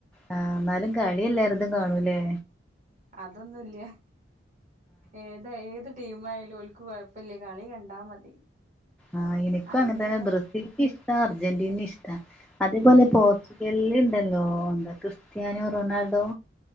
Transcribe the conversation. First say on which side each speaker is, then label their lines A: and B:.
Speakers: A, in the centre; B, on the right (about 40°).
A: ആ ന്നാലും കളി എല്ലാര്തും കാണൂ ലേ
B: അതൊന്നുല്ല ഏതാ ഏത് ടീമായാലും ഓൽക്ക് കൊഴപ്പല്ല കളി കണ്ടാ മതി
A: ആഹ് എനിക്കു
B: അയിന്ള്ളെ
A: അങ്ങൻ തന്നെ ബ്രസീൽക്ക് ഇഷ്ടാ അർജന്റീനെ ഇഷ്ടാ അതേപോലെ
B: ഉം
A: പോർച്ചുഗ ല്ല് ണ്ടല്ലോ എന്താ ക്രിസ്റ്റാന്യോ റൊണാൾഡോ